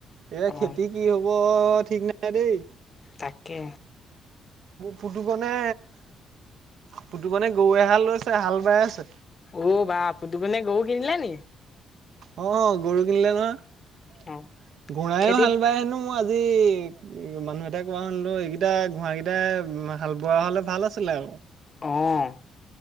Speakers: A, on the right (about 70°); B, on the left (about 35°).
A: এইয়া
B: অ',
A: খেতি কি হ'ব ঠিক নাই দেই
B: তাকে
A: পুতুকনে পুতুকনে গউ এহাল লৈছে হাল বাই আছে
B: ঔ বা পদুকনে গউ কিনিলে নি
A: অ গৰু কিনিলে নহয়
B: অ',
A: ঘোৰাইয়ো
B: খেতিত
A: হাল বায় হেনো মই <unintelligible> মানুহ এটায়ে কোৱা শুনিলো এইকেইটা ঘোঁৱাকেইটাই হাল বোৱা হ'লে ভাল আছিলে আৰু
B: অ